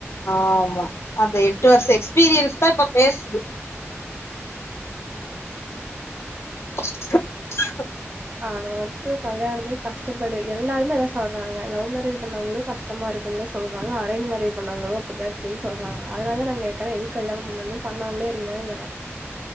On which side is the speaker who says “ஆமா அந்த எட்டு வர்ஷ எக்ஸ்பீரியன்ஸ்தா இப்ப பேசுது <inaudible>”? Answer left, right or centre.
Left